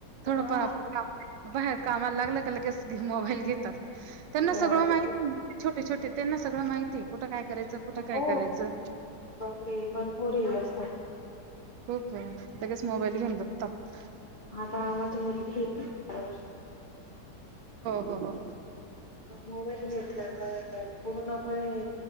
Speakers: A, on the right; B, on the left.
A: थोडंफार
B: हा
A: <unintelligible> काम. बाहेर कामाला लागलं का लगेच मोबाईल घेतात त्यांना
B: मोबाईल
A: सगळं माहिती छो ते छोटे त्यांना सगळं माहिती कुठ काय करायचं कुठं
B: हो
A: काय करायचं.
B: बापरे! भरपूर हे असतात
A: हो का. लगेच मोबाईल घेऊन बघतात
B: आता माझी मुलगी चार वर्षाची
A: हो हो हो
B: मोबाईल घेतला तर अ पूर्णपणे